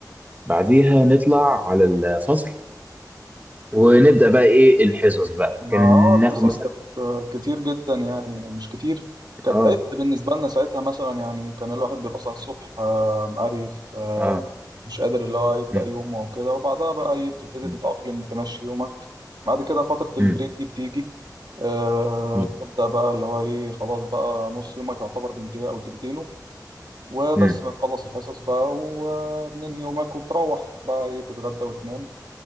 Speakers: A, on the right (about 25°); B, on the right (about 75°).
A: بعديها نطلع على الفصل ونبدا بقى ايه الحصص بقى
B: يعني.
A: كان
B: اه الحصص
A: ناخد مثلا
B: كانت كتير جدا يعني مش كتير كانت
A: اه
B: عبء بالنسبة لنا ساعتها مثلا يعني كان الواحد بيبقى صاحي الصبح آه، مقريف آه،
A: اه
B: مش قادر اللي هو يبدأ
A: مم،
B: يومه وكده وبعدها بقى إيه، بتبتدي
A: مم،
B: تتأقلم تمشي يومك بعد كده فترة البريك
A: مم،
B: دي بتيجي آه،
A: مم،
B: تبدأ بقى اللي هو ايه خلاص بقى نص يومك يعتبر بينتهي أو تلتينه وبس
A: مم.
B: بتخلص الحصص بقى وبننهي يومك وبتروح بقى ايه تتغدى وتنام